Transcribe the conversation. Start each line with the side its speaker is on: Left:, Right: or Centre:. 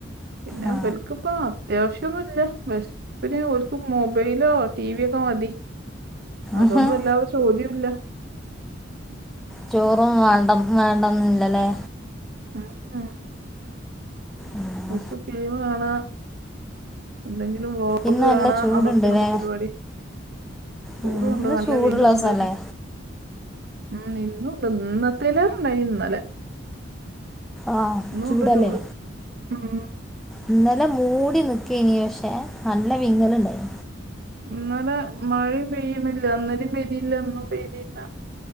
Right: പിന്നെ
Centre: ആ
Right: വൽക്കപ്പാ അത്യാവശ്യന്നുമില്ല പിന്നെർക്ക് മൊബൈലോ ടി വി ഒക്കെ മതി അതുകൊണ്ട്
Centre: ഉഹും.
Right: വല്ലാതെ ചോദ്യല്ല
Centre: ചോറും വേണ്ട വേണ്ടന്നില്ലല്ലേ
Right: ആഹ് ആഹ്
Centre: ഉം.
Right: നമുക്ക് ഫീവ് കാണ എന്തെങ്കിലും വ്ലോഗ്
Centre: ഇന്ന് നല്ല
Right: കാണാ
Centre: ചൂടുണ്ട്
Right: അതൊക്കെയാണ്
Centre: അല്ലേ
Right: പരിപാടി ചൂടു
Centre: ഉം.
Right: ഉണ്ട്
Centre: ഇന്ന്
Right: നല്ല
Centre: ചൂടുള്ള
Right: വലുണ്ട്
Centre: ദിവസമല്ലേ
Right: ഉം ഇന്നുണ്ട് നിന്ന തിലറുണ്ടായിന്നല്ലേ
Centre: ആഹ് ചൂടന്നെ
Right: ഉണ്ട് ചൂട് ഉം
Centre: ഇന്നലെ മൂടി നിക്ക ഇനി പക്ഷെ നല്ല വിങ്ങലുണ്ടായി
Right: ഇന്നേലെ മഴയും പെയ്യുന്നില്ല അന്നേരം പെയതില്ല ഒന്നും പെയതില്ല